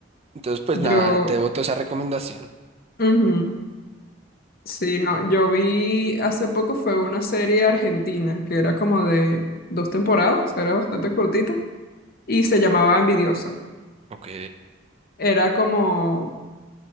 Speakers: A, on the right; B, on the left.
A: Entonces, pues
B: Yo,
A: nada, te boto esa recomendación.
B: ujú, Sí, no, yo vi hace poco fue una serie argentina que era como de dos temporadas, era bastante cortita y se llamaba Envidiosa.
A: Ok.
B: Era como